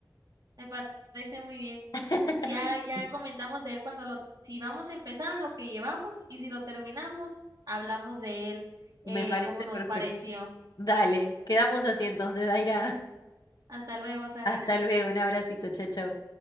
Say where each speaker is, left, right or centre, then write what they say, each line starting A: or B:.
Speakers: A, on the right; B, on the left.
A: Me parece muy bien.
B: <laughs>
A: Ya, ya comentamos de él cuando lo, si vamos a empezar en lo que llevamos y si lo terminamos, hablamos de él, eh,
B: Me parece
A: cómo nos
B: perfecto.
A: pareció.
B: Dale, quedamos así entonces, Daira.
A: Hasta luego,
B: <laughs>
A: Sabrina.
B: Hasta luego, un abracito, chao, chao.